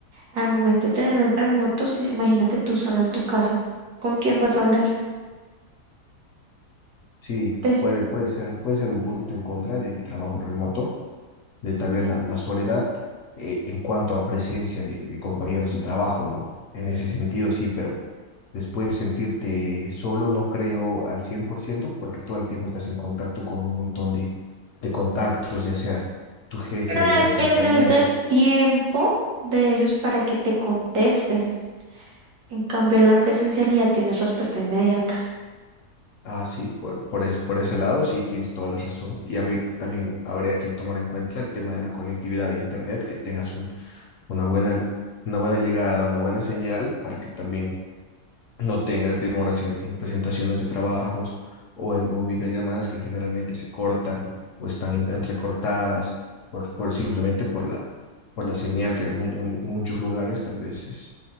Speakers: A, on the right; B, on the left.
A: Al momento de tenerlo en remoto, si- imagínate tú solo en tu casa, ¿con quién vas a hablar?
B: Sí,
A: Es-
B: puede, puede ser, puede ser un punto en contra del trabajo remoto de tal vez la, la soledad eh, en cuanto a presencia de, de compañeros de trabajo, ¿no? En ese sentido sí, pero después sentirte solo no creo al 100% porque todo el tiempo estás en contacto con un montón de, de contactos, ya sea tu jefe
A: pero
B: o ya
A: dependes
B: sea compañeros.
A: del tiempo de ellos para que te contesten. En cambio, en la presencialidad tienes respuesta inmediata.
B: Ah, sí, por, por, es- por ese lado sí tienes toda la razón. Y habría- también habría que tomar en cuenta el tema de la conectividad de Internet, que tengas un, una buena, una buena llegada, una buena señal para que también no tengas demoras en, en presentaciones de trabajos o en, o en videollamadas que generalmente se cortan o están en- entrecortadas por, por simplemente por la, por la señal que en, mu- en muchos lugares tal vez es,